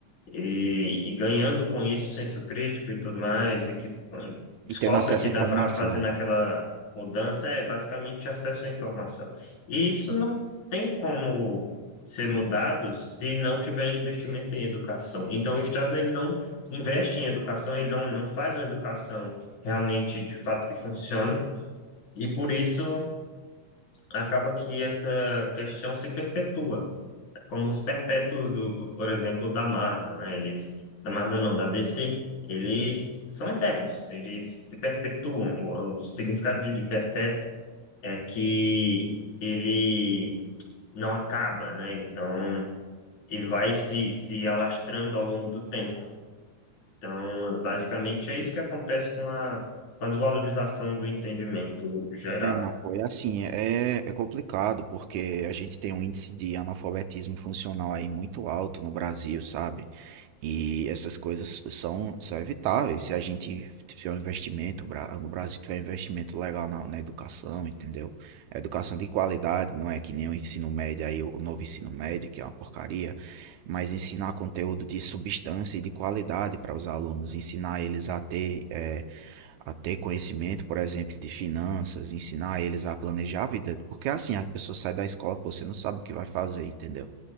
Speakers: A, on the left (about 75°); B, on the right (about 80°).
A: e, e ganhando com isso senso crítico e tudo mais, e que mano, descobre
B: E tendo acesso
A: que dá
B: à informação.
A: para fazer naquela mudança, é basicamente acesso à informação. E isso não tem como ser mudado se não tiver investimento em educação. Então, o Estado ele não investe em educação, ele não, não faz uma educação realmente de fato que funcione, e por isso acaba que essa questão se perpetua como os perpétuos do, do, por exemplo, da Marvel, né? Eles, da Marvel não, da DC, eles são eternos, eles se perpetuam. O, o significado de, de perpétuo é que ele não acaba, né? Então, ele vai se, se alastrando ao longo do tempo. Então, basicamente, é isso que acontece com a, com a desvalorização do entendimento geral.
B: É, não, pô, é assim, é, é complicado, porque a gente tem um índice de analfabetismo funcional aí muito alto no Brasil, sabe? E essas coisas são, são evitáveis se a gente tiver um investimento, o bra- no Brasil tiver um investimento legal na, na educação, entendeu? A educação de qualidade, não é que nem o ensino médio aí, o o novo ensino médio, que é uma porcaria, mas ensinar conteúdo de substância e de qualidade para os alunos, ensinar eles a ter. eh, a ter conhecimento, por exemplo, de finanças, ensinar eles a planejar a vida. Porque assim, a pessoa sai da escola, pô, você não sabe o que vai fazer, entendeu?